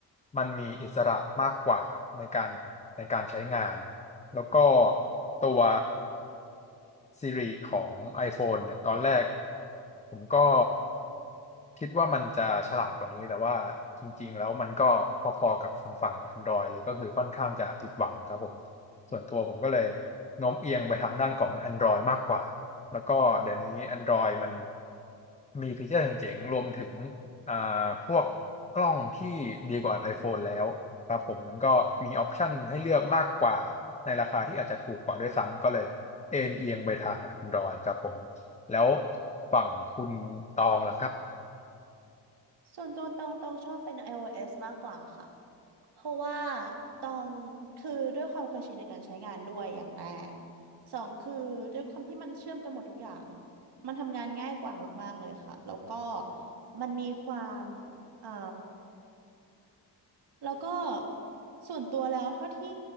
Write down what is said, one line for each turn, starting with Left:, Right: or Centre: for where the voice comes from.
Left: มันมีอิสระมากกว่าในการของในการใช้งานแล้วก็ตัว Siri ของ iPhone เนี่ยตอนแรกผมก็ คิดว่ามันจะฉลาดกว่านี้แต่ว่าจริงๆแล้วมันก็พอๆกับฝั่งฝั่ง Android เลยก็คือค่อนข้างจะผิดหวังครับผมส่วนตัวผมก็เลยโน้มเอียงไปทางด้านของ Android มากกว่าแล้วก็เดี๋ยวนี้ Android มันมีฟีเจอร์เจ๋งๆรวมถึงอ่าพวกกล้องที่ดีกว่า iPhone แล้วครับผมมันก็มีออปชันให้เลือกมากกว่าในราคาที่อาจจะถูกกว่าด้วยซ้ำก็เลยเอ็นเอียงไปทาง Android ครับผมแล้วฝั่งคุณตองล่ะครับ
Right: ส่วนตัวตองตองชอบเป็น iOS มากกว่าค่ะเพราะว่าตองคือด้วยความเคยชินในการใช้งานด้วยอย่างแรกสองคือด้วยความที่มันเชื่อมกันหมดทุกอย่างมันทำงานง่ายกว่ามากๆเลยค่ะแล้วก็มันมีความเอ่อ แล้วก็ส่วนตัวแล้วเท่าที่